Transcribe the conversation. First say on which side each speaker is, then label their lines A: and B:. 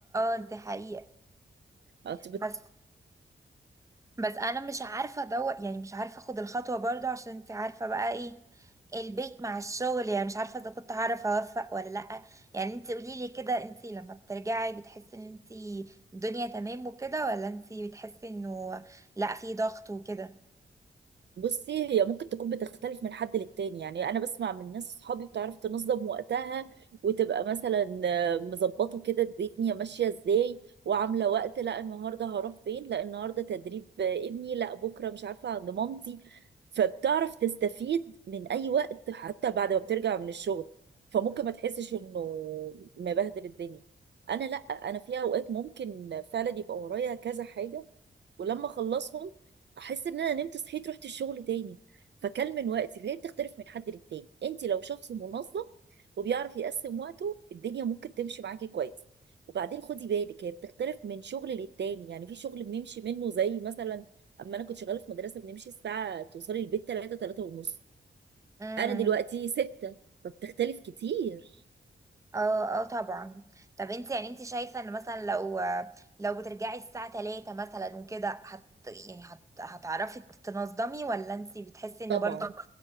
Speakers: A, on the right (about 15°); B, on the right (about 60°).
A: اه دي حقيقة
B: انت
A: بس بس انا مش عارفة ادور يعني مش عارفة اخد الخطوة برضو عشان انت عارفة بقى ايه البيت مع الشغل يعني مش عارفة اذا كنت هعرف اوفق ولا لأ يعني انت قوليلي كده انت لما بترجعي بتحسي ان انت الدنيا تمام وكده ولا انت بتحسي انه لأ في ضغط وكده
B: بصي هي ممكن تكون بتختلف من حد للتاني يعني انا بسمع من ناس صحابي بتعرف تنظم وقتها وتبقى مثلا آه، مظبطه كده الدنيا ماشيه ازاي وعامله وقت لا النهارده هروح فين لا النهارده تدريب آه، ابني لا بكره مش عارفه عند مامتي فبتعرف تستفيد من اي وقت حتى بعد ما بترجع من الشغل فممكن ما تحسش انه مبهدل الدنيا انا لا انا في اوقات ممكن فعلا يبقى ورايا كذا حاجه ولما اخلصهم احس ان انا نمت صحيت رحت الشغل تاني فكل من وقتي فهي بتختلف من حد للتاني انت لو شخص منظم وبيعرف يقسم وقته الدنيا ممكن تمشي معاكي كويس وبعدين خدي بالك هي بتختلف من شغل للتاني يعني في شغل بنمشي منه زي مثلا اما انا كنت شغاله في مدرسه بنمشي الساعه توصلي البيت 3 3 ونص
A: اه
B: انا دلوقتي 6 فبتختلف كتير
A: اه اه طبعا طب انت يعني انت شايفة ان مثلا لو لو بترجعي الساعة 3 مثلا وكده هت يعني هت هتعرفي تنظمي ولا انت بتحسي ان
B: طبعا
A: برضو